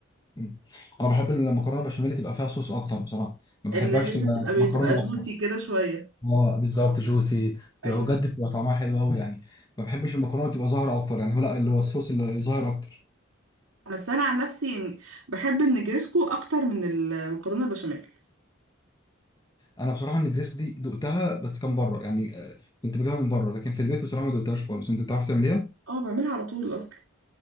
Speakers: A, on the left (about 20°); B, on the right (about 80°).
A: مم. انا بحب المكرونه بشاميل تبقى فيها صوص اكتر بصراحه ما بحبهاش
B: اللي هي
A: تبقى
B: بتبقى
A: مكرونه
B: بتبقى جوسي
A: اكتر
B: كده شوية
A: اه بالظبط جوسي تبقى
B: ايوه
A: بجد بتبقى طعمها حلو قوي يعني ما بحبش المكرونه تبقى ظاهره اكتر يعني هو لا اللي هو الصوص اللي ظاهر اكتر
B: بس انا عن نفسي يعني بحب النجريسكو اكتر من المكرونة البشاميل
A: انا بصراحه النجريسكو دي دقتها بس كان بره يعني آه، كنت بجيبها من بره لكن في البيت بصراحه ما دقتهاش خالص انت بتعرف تعمليها
B: اه بعملها على طول اصلا